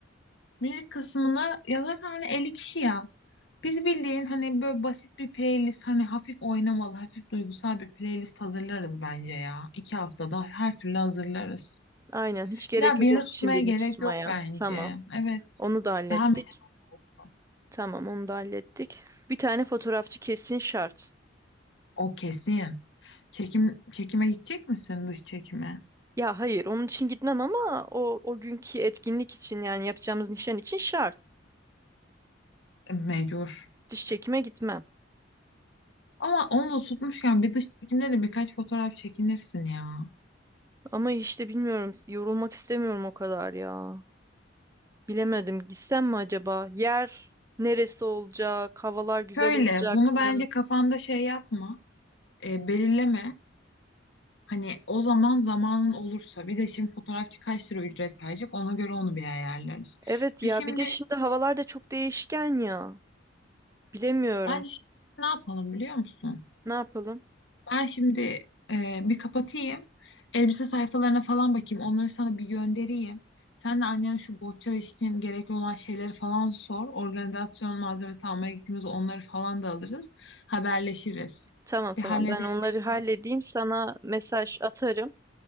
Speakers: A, on the left; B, on the right.
A: Müzik kısmını ya zaten hani 50 kişi ya. Biz bildiğin hani böyle basit bir playlist hani hafif oynamalı hafif duygusal bir playlist hazırlarız bence ya. İki haftada her türlü hazırlarız.
B: Aynen hiç gerek
A: Ya
B: yok
A: birini
B: onun
A: tutmaya
B: için birini
A: gerek
B: tutmaya.
A: yok bence.
B: Tamam.
A: Evet.
B: Onu da hallettik.
A: Daha minimal olsun.
B: Tamam onu da hallettik. Bir tane fotoğrafçı kesin şart.
A: O kesin. Çekim çekime gidecek misin dış çekime?
B: Ya hayır, onun için gitmem ama o o günkü etkinlik için yani yapacağımız nişan için şart.
A: E, Mecbur.
B: Diş çekime gitmem.
A: Ama onu da tutmuşken bir dış çekimde de birkaç fotoğraf çekinirsin ya.
B: Ama işte bilmiyorum, yorulmak istemiyorum o kadar ya. Bilemedim, gitsem mi acaba? Yer neresi olacak? Havalar güzel
A: Şöyle
B: olacak
A: bunu
B: mı?
A: bence kafanda şey yapma. e, belirleme. Hani o zaman zamanın olursa bir de şimdi fotoğrafçı kaç lira ücret verecek ona göre onu bir ayarlarız.
B: Evet ya,
A: Bir şimdi
B: bir de şimdi havalar da çok değişken ya. Bilemiyorum.
A: bence şimdi ne yapalım biliyor musun?
B: Ne yapalım?
A: Ben şimdi e, bir kapatayım. Elbise sayfalarına falan bakayım. Onları sana bir göndereyim. Sen de annene şu bohça için gerekli olan şeyleri falan sor. Organizasyon malzemesi almaya gittiğimizde onları falan da alırız. Haberleşiriz.
B: Tamam tamam.
A: Bir halledelim
B: Ben onları halledeyim.
A: şunları.
B: Sana mesaj atarım.